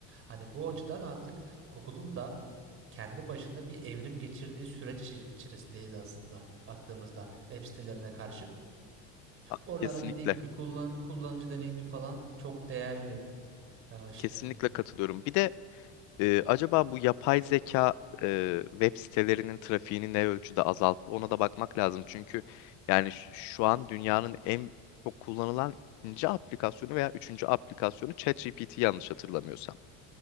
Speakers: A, on the right (about 45°); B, on the left (about 70°).
A: Hani bu açıdan artık Google'un da kendi başına bir evrim geçirdiği süreç içi- içerisindeyiz aslında baktığımızda web sitelerine karşı.
B: A-
A: Oralarda
B: Kesinlikle.
A: dediğin gibi kullan, kullanıcı deneyimi falan çok değerli. Ya işte
B: Kesinlikle katılıyorum. Bir de Ee, acaba bu yapay zeka e, web sitelerinin trafiğini ne ölçüde azalttı? Ona da bakmak lazım. Çünkü yani ş- şu an dünyanın en çok kullanılan ikinci aplikasyonu veya üçüncü aplikasyonu ChatGPT yanlış hatırlamıyorsam.